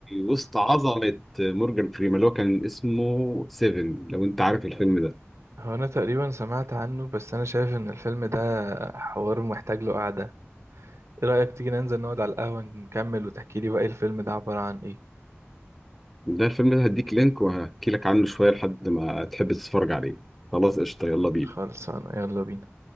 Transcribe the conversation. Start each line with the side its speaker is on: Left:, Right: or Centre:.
Centre: وسط عظمة مورجان فريمان اللي هو كان اسمه سيفن لو انت عارف الفيلم ده
Right: هو انا تقريبا سمعت عنه بس انا شايف ان الفيلم ده حوار محتاج له قعدة ايه رأيك تيجي ننزل نقعد على القهوة نكمل وتحكي لي بقى إيه الفيلم ده عبارة عن ايه
Centre: ده الفيلم ده هديك لينك وهحكي لك عنه شوية لحد ما تحب تتفرج عليه خلاص قشطة يلا بينا
Right: خلصانة يلا بينا